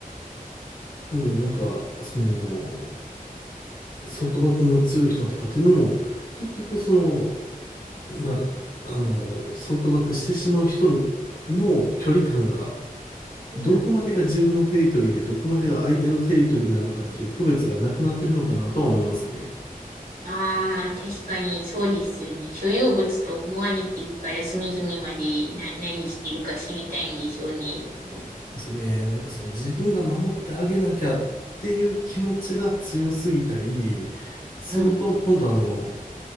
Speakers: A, on the left; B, on the right.
A: なので、なんか、その、束縛の強い人とかっていうのも、結局その、まあ、あの、束縛してしまう人にの距離感が、
B: うん。
A: どこまでが自分のテリトリーで、どこまでが相手のテリトリーなのかっていう区別がなくなってるのかなとは思いますね。
B: ああ、確かにそうですよね。所有物と思われてるから隅々までな、何してるか知りたいんでしょうね。う
A: ですよね。なんかその自分が守ってあげなきゃっていう気持ちが強すぎたりすると、
B: ん。
A: 今度あの、